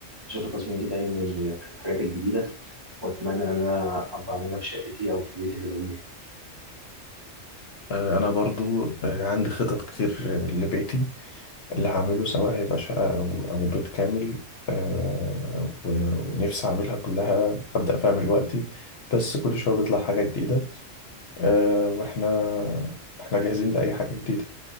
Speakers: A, on the right; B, on the left.
A: بشوف التصميم دي دايما في الحاجات الجديدة وأتمنى إن أنا أبقى أعملها في شقتي أو في بيتي في العموم.
B: آه، انا برضو آه، عندي خطط كتير آه، لبيتي اللي هعمله سواء هيبقى شقة او او بيت كامل آه، و- ونفسي اعملها كلها ابدا فيها من دلوقتي بس كل شوية بيطلع حاجة جديدة آه، واحنا احنا جاهزين لاي حاجة جديدة